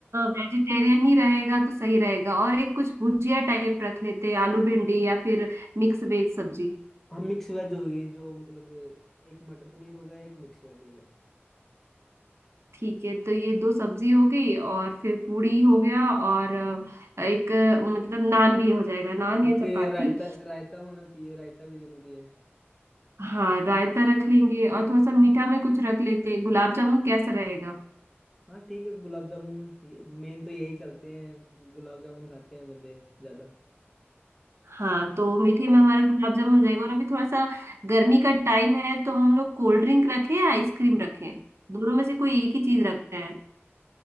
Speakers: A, on the right; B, in the centre.
A: वेजिटेरियन ही रहेगा तो सही रहेगा और एक कुछ भुजिया टाइप रख लेते हैं आलू भिंडी या फिर मिक्स वेज सब्जी
B: हाँ मिक्स वेज होगी जो मतलब एक मटर पनीर होगा एक मिक्स वेज होगा
A: ठीक है तो ये दो सब्जी हो गई और फिर पूड़ी हो गया और अ, एक अ, मतलब नान भी हो जाएगा नान
B: एक
A: या चपाती
B: रायता रायता होना चाहिए रायता भी जरूरी है
A: हाँ रायता रख लेंगे और थोड़ा सा मीठा में कुछ रख लेते हैं गुलाब जामुन कैसा रहेगा
B: हाँ ठीक है गुलाब जामुन ये मेन तो यही चलते हैं गुलाब जामुन खाते हैं बंदे ज्यादा
A: हाँ तो मीठे में हमारा गुलाब जामुन हो जाएगा और अभी थोड़ा सा गर्मी का टाइम है तो हम लोग कोल्ड ड्रिंक रखें या आइसक्रीम रखें दोनों में से कोई एक ही चीज रखते हैं